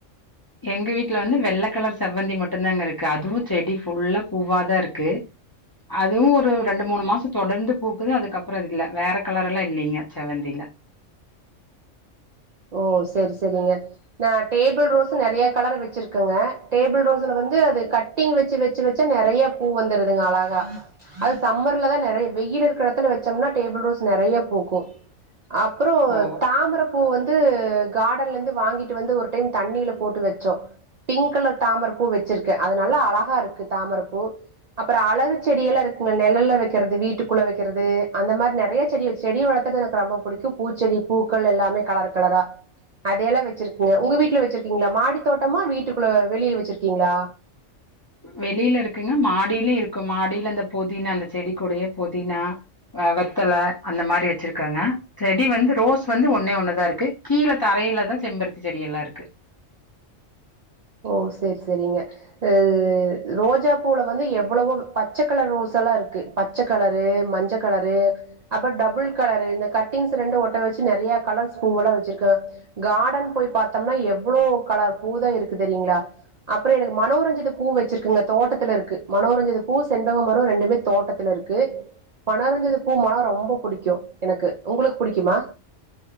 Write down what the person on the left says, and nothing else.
எங்க வீட்ல வந்து வெள்ள கலர் செவ்வந்தி மட்டு தாங்க இருக்கு அதுவு செடி ஃபுல்லா பூவா தா இருக்கு அதுவு ஒரு ரெண்டு மூணு மாசம் தொடர்ந்து பூக்குது அதுக்கப்றோ இல்ல வேற கலர் எல்லா இல்லைங்க செவந்தில
ஓ!
வெளில இருக்குங்க மாடியிலியு இருக்கு மாடியில அந்த பொதினா அந்த செடிக்குடையே பொதினா வெத்தல அந்த மாரி வச்சிருக்கங்க செடி வந்து ரோஸ் வந்து ஒன்னே ஒண்ணுதா இருக்கு கீழ தரையில தா செம்பருத்தி செடி எல்லா இருக்கு